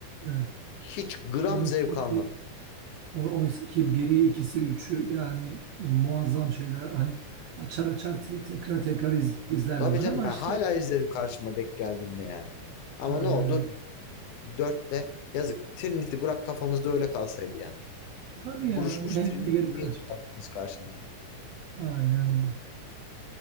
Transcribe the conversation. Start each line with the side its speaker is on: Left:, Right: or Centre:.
Right: Evet.
Left: Hiç gram
Right: Oysa
Left: zevk almadım.
Right: ki o- oysa ki biri, ikisi, üçü yani muazzam şeyler. Hani açar açar te- tekrar tekrar iz- izlerdim
Left: Tabii
Right: ben
Left: canım
Right: ama
Left: ben
Right: işte
Left: hala izlerim karşıma denk geldiğinde yani. Ama
Right: aynen
Left: ne oldu?
Right: öyle.
Left: Dörtte yazık. Trinity bırak kafamızda öyle kalsaydı ya.
Right: Tabii
Left: Bu-
Right: ya
Left: Buruşmuş
Right: ne,
Left: Trinity'yi
Right: ne gerek
Left: niye
Right: var?
Left: çıkarttınız karşımıza?
Right: Aynen öyle.